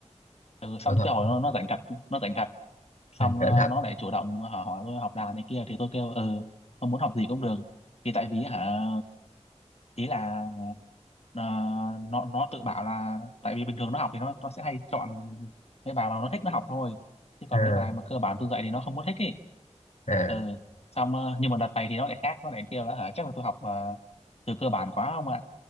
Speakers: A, on the left; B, on the left.
A: ừ, xong
B: được học
A: cái hồi nó, nó rảnh thật nó rảnh thật xong
B: ừ, cẩn
A: ờ,
B: thận
A: nó lại chủ động hỏi, hỏi tôi học đàn này kia thì tôi kêu ừ không muốn học gì cũng được thì tại vì hả ý là ờ, nó nó tự bảo là tại vì bình thường nó học thì nó nó sẽ hay chọn mấy bài mà nó thích nó học thôi chứ còn
B: à
A: mấy bài mà cơ bản tôi dạy thì nó không có thích ý
B: à
A: ừ xong ờ, nhưng mà đợt này thì nó lại khác nó lại kêu là hả chắc là tôi học ờ, từ cơ bản quá không ạ